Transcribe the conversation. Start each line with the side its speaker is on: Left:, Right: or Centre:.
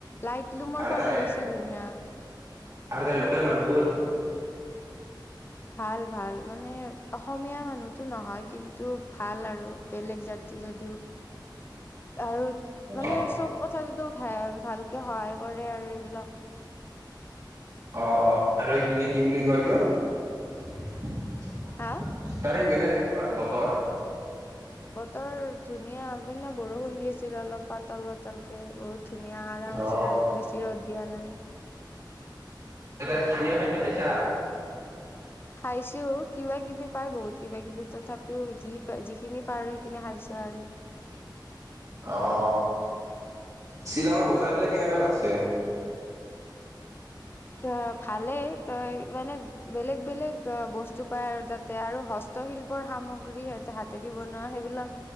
Left: লাইট লুমৰ
Right: আৰু
Left: ফালে
Right: তাৰে
Left: বেছি ধুনীয়া।
Right: আৰু তাৰ লোকেল মানুহবোৰ।
Left: ভাল ভাল মানে, অসমীয়া মানুহতো নহয় কিন্তু। ভাল আৰু বেলেগ জাতি যদিও। আৰু মানে
Right: অ
Left: চব কথা যেতো হে ভালকে হয়। কৰে আৰু এইবিলাক।
Right: অ, আৰু ইপিনে কি বুলি কয় এইটো? তাৰে।
Left: হা
Right: কেনেকুৱা আছে বতৰ?
Left: বতৰ ধুনীয়া বৰষুণ দি আছিলে অলপ পাতল পাতল কে বহুত। ধুনীয়া আৰাম আছিল
Right: অ
Left: আৰু, বেছি ৰ'দ দিয়া নাই।
Right: ত তাতে স্থানীয় খাদ্য খাইছা?
Left: খাইছো কিবা কিবি পাই, বহুত কিবা কিবি তথাপিও যি। যিখিনি পাৰো সেইখিনি খাইছো আৰু।
Right: অ অ শ্বিলঙৰ বজাৰ বিলাক কেনেকা লাগছে?
Left: ত, ভালেই তই মানে বেলেগ বেলেগ বস্তু পাই আৰু তাতে আৰু হস্তশিল্পৰ সামগ্ৰী। হাতেদি বনোৱা সেইবিলাক